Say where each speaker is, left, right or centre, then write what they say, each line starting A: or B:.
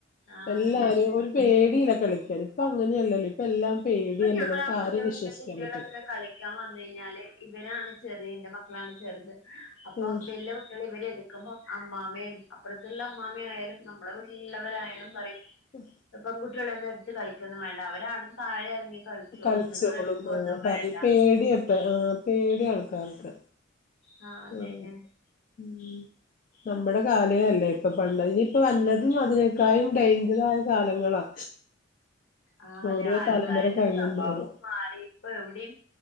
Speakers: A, on the left; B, on the left.
A: ആഹ്
B: എല്ലാരും
A: അത് തന്നെ
B: ഒരു പേടിയില കളിക്കാൻ ഇപ്പ അങ്ങനെയല്ലല്ലോ ഇപ്പൊ എല്ലാം പേടിയല്ലേ
A: ഇപ്പൊ ഞങ്ങള
B: നമുക്ക്
A: അപ്പുറത്തെ
B: ആരെയും
A: വീട്ടിലെ
B: വിശ്വസിക്കാൻ
A: കുട്ടികളൊക്കെ
B: പറ്റില്ല
A: കളിക്കാൻ വന്ന് കഴിഞ്ഞാല് ഇവരാണ് ചെറിയ എന്റെ മക്കൾ മക്കളാണ് ചെറുത് അപ്പം
B: ആഹ്
A: വല്യകുട്ടികൾ ഇവരെ എടുക്കുമ്പോ അമ്മാമയും അപ്പുറത്തുള്ള അമ്മാമയാലും നമ്മളെ വീട്ടിലുള്ളവരായാലും പറയും
B: ഉം
A: പെൺകുട്ടികളൊന്നും എടുത്ത് കളിക്കന്നും വേണ്ട അവരാട താഴെ ഇറങ്ങി
B: കളിച്ചോളും
A: നിങ്ങൾ എടുക്കൊന്നും
B: ആ പറയും
A: വേണ്ട
B: പേടിയപ്പ ആ പേടിയ ആൾക്കാർക്ക്
A: ആ അതന്നെ
B: ഓഹ് ഉം നമ്മുടെ കാലേയല്ല ഇപ്പൊ പണ്ട് ഇനിയിപ്പ വല്ലതും അതിനേക്കായും ഡേഞ്ചറായ കാലങ്ങളാ
A: ആഹ് അതെ
B: ഓരോ
A: ആൾക്കാരുടെ
B: തലമുറ കഴിയുന്തോറും
A: സ്വഭാവം മാറി ഇപ്പൊ എവിടെയും